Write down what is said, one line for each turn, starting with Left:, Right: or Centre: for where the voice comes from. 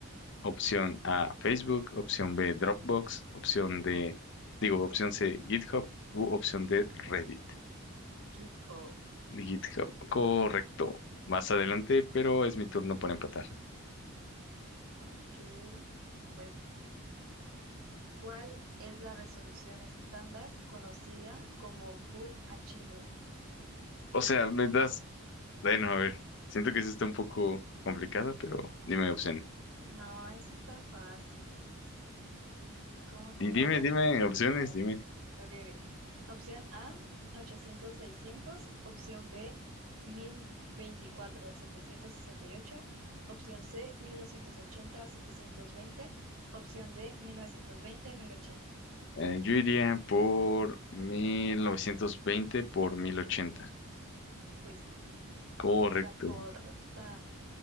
Left: Opción A, Facebook. Opción B, Dropbox. Opción D, digo, opción C, GitHub. U opción D, Reddit.
Right: GitHub.
Left: GitHub. Correcto. Más adelante, pero es mi turno para empatar.
Right: Ok, pues. ¿Cuál es la resolución estándar conocida como Full HD?
Left: O sea, me das Bueno, a ver, siento que eso está un poco complicada, pero dime opciones.
Right: No, eso está fácil. ¿Cómo, cómo
Left: Y dime,
Right: la vas a
Left: dime
Right: ver complicada?
Left: opciones, dime.
Right: Ok, ok. Opción A, 800-600. Opción B, 1024-768. Opción C, 1280-720. Opción D, 1920-1080.
Left: Eh, yo iría por 1920 por 1080.
Right: Pues sí,
Left: Correcto.
Right: porque es la correcta.